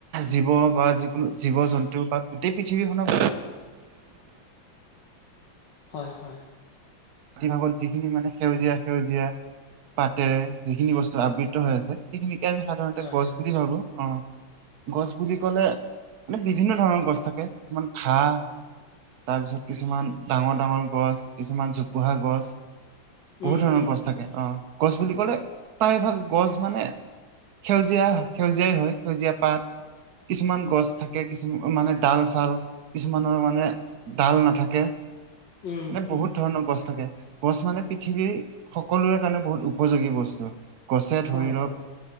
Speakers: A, on the right (about 60°); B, on the left (about 65°).
A: জীৱ বা যিকোনো জীৱ-জন্তু বা গোটেই পৃথিৱীখনক
B: হয় হ
A: মাতি ভাগত যিখিনি মানে সেউজীয়া সেউজীয়া পাতেৰে যিখিনি বস্তু আবৃত হৈ আছে সেইখিনিকে আমি সাধাৰণতে
B: হয়,
A: গছ
B: হয়,
A: বুলি
B: হয়।
A: ভাবো অ গছ বুলি ক'লে মানে বিভিন্ন ধৰণৰ গছ থাকে কিছুমান ঘাঁহ, তাৰপিছত কিছুমান ডাঙৰ ডাঙৰ গছ কিছুমান জোপোহা গছ, বহুত
B: উম,
A: ধৰণৰ
B: উম,
A: গছ থাকে অ। গছ বুলি ক'লে প্ৰায়ভাগ গছ মানে সেউজীয়া সেউজীয়াই হয় সেউজীয়া পাত কিছুমান গছ থাকে কিছু মামে মানে ডাল-চাল কিছুমানৰ মানে ডাল নেথাকে
B: উম,
A: মানে বহুত
B: উম,
A: ধৰণৰ গছ থাকে গছমানে পৃথিৱীৰ সকলোৰে কাৰণে বহুত উপযোগী বস্তু গছে
B: হয়,
A: ধৰি লওক
B: হয়,